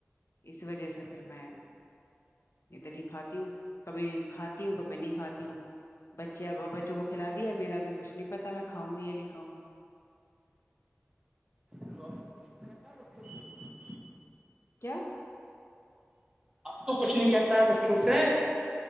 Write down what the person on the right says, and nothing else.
تو آپ کو کچھ رہاتتا ہے بچوں کے
اب تو کچھ نہیں کہتا ہے بچوں سے